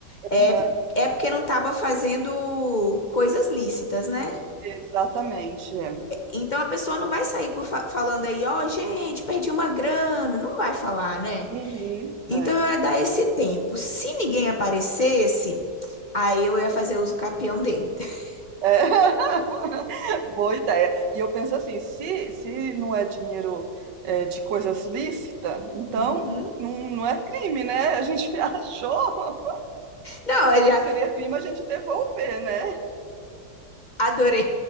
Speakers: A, on the left; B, on the right.
A: é,
B: Aham.
A: é porque não tava fazendo coisas lícitas, né?
B: Exatamente, é.
A: Então a pessoa não vai sair por fa- falando aí, ó, gente, perdi uma grana. Não vai falar, né?
B: Uhum.
A: Então
B: É.
A: eu ia dar esse tempo. Se ninguém aparecesse, aí eu ia fazer uso capião dele. <laughs>
B: É. <laughs> Boa ideia. E eu penso assim, se, se não é dinheiro é, de coisas lícitas, então
A: Uhum.
B: não, não é crime, né? A gente <laughs> achou.
A: Não,
B: Eu
A: eu já
B: acho que seria crime a gente devolver, né?
A: adorei